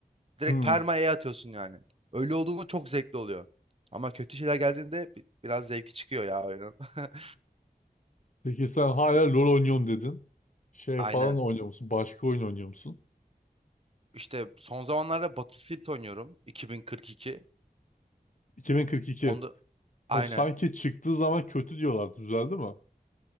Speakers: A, on the right; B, on the left.
A: Direkt
B: Hı.
A: perma E atıyorsun yani. Öyle olduğunda çok zevkli oluyor. Ama kötü şeyler geldiğinde bi- biraz zevki çıkıyor ya oyunun. <laughs>
B: Peki sen hala
A: Bi-
B: LoL oynuyorum dedin. Şey
A: Aynen.
B: falan oynuyor musun? Başka oyun oynuyor musun?
A: İşte son zamanlarda Battlefield oynuyorum. 2042.
B: 2042.
A: Onda aynen.
B: O sanki çıktığı zaman kötü diyorlar. Düzeldi mi?